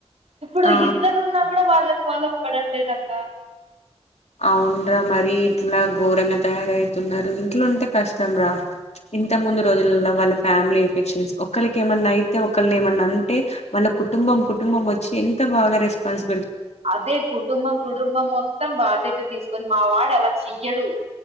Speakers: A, on the right; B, on the left.
A: ఇప్పుడు
B: ఆ
A: ఇద్దరు ఉన్నా కూడా వాళ్ళ వాళ్లకు పడట్లేదు అక్క
B: అవున్రా మరీ ఇట్లా ఘోరంగా తయారవుతున్నారు ఇట్లా ఉంటే కష్టం రా ఇంత ముందు రోజులల్లా వాళ్ళ ఫ్యామిలీ ఎఫెక్షన్స్ ఒకళ్ళకి ఏమన్నా అయితే ఒకలిని ఏమన్నా అంటే వాళ్ళ కుటుంబం కుటుంబం వచ్చి ఎంత బాగా రెస్పాన్స్
A: అదే కుటుంబం కుటుంబం మొత్తం బాధ్యత తీసుకొని మా వాడు అలా చెయ్యడు